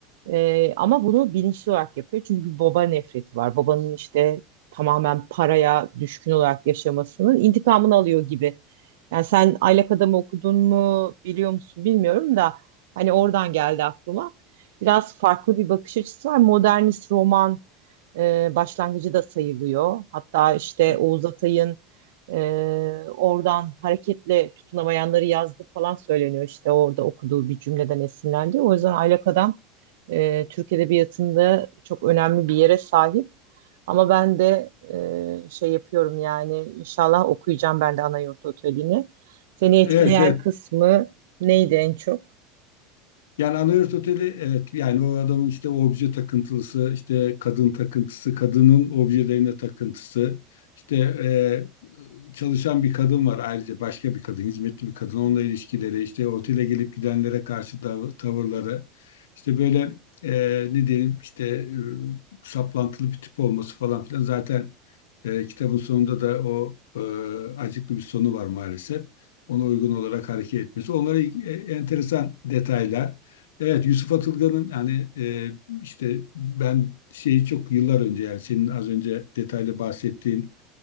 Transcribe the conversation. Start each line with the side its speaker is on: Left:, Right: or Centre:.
Right: E, ama bunu bilinçli olarak yapıyor. Çünkü bir baba nefreti var. Babanın işte tamamen paraya düşkün olarak yaşamasının intikamını alıyor gibi yani sen Aylak Adam'ı okudun mu biliyor musun bilmiyorum da hani oradan geldi aklıma. Biraz farklı bir bakış açısı var. Modernist roman e, başlangıcı da sayılıyor. Hatta işte
Left: E-
Right: Oğuz Atay'ın e, oradan hareketle tutunamayanları yazdı falan söyleniyor. İşte orada okuduğu bir cümleden esinlendi. O yüzden Aylak Adam e, Türk Edebiyatı'nda çok önemli bir yere sahip. Ama ben de e, şey yapıyorum yani inşallah okuyacağım ben de Anayurt Oteli'ni. Seni etkileyen
Left: Evet, evet.
Right: kısmı neydi en çok?
Left: Yani Anahırt Oteli evet yani o adamın işte obje takıntılısı, işte kadın takıntısı, kadının objelerine takıntısı, işte e, çalışan bir kadın var ayrıca başka bir kadın, hizmetli bir kadın, onunla ilişkileri, işte otele gelip gidenlere karşı tav- tavırları, işte böyle e, ne diyelim işte e, saplantılı bir tip olması falan filan zaten e, kitabın sonunda da o e, acıklı bir sonu var maalesef. Ona uygun olarak hareket etmesi. Onlara ilg- e, enteresan detaylar. Evet Yusuf Atılgan'ın hani e, işte ben şeyi çok yıllar önce yani senin az önce detaylı bahsettiğin